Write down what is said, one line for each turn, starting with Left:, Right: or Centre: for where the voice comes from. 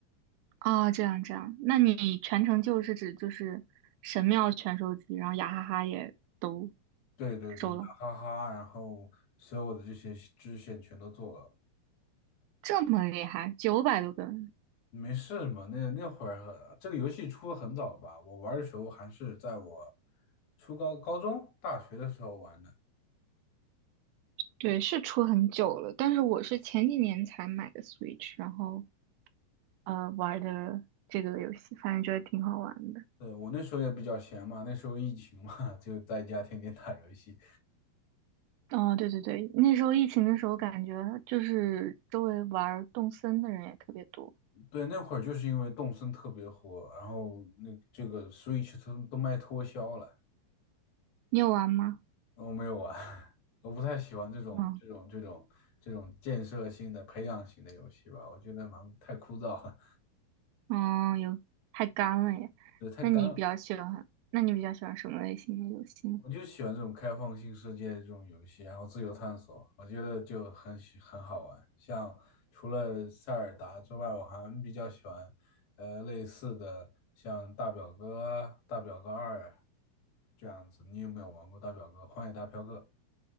Right: 啊，哦这样这样，那你全程救是指就是神庙全收集，然后雅哈哈也都
Left: 对对对，
Right: 收了，
Left: 哈哈，然后所有的这些支线全都做了。
Right: 这么厉害，九百多根，
Left: 没事嘛，那那会儿很这个游戏出的很早吧？我玩的时候还是在我初高、高中、大学的时候玩的。
Right: 对，是出很久了，但是我是前几年才买的 Switch，然后呃玩的这个游戏，反正觉得挺好玩的。
Left: 对，我那时候也比较闲嘛，那时候疫情嘛，<laughs> 就在家天天打游戏。
Right: 哦，对对对，那时候疫情的时候，感觉就是周围玩儿动森的人也特别多。
Left: 对，那会儿就是因为动森特别火，然后那这个 Switch 都都卖脱销了，
Right: 你有玩吗？
Left: 我没有玩，<laughs> 我不太喜欢这种这种这种这种建设性的、
Right: 嗯
Left: 培养型的游戏吧，我觉得蛮太枯燥了，
Right: 嗯，有，太干了耶。
Left: 对，太干了。
Right: 那你比较喜欢，那你比较喜欢什么类型的游戏呢？
Left: 我就喜欢这种开放性世界的这种游戏，然后自由探索，我觉得就很喜很好玩。像除了塞尔达之外，我还比较喜欢，呃，类似的像大表哥啊、大表哥二啊这样子。你有没有玩过大表哥、荒野大飘哥？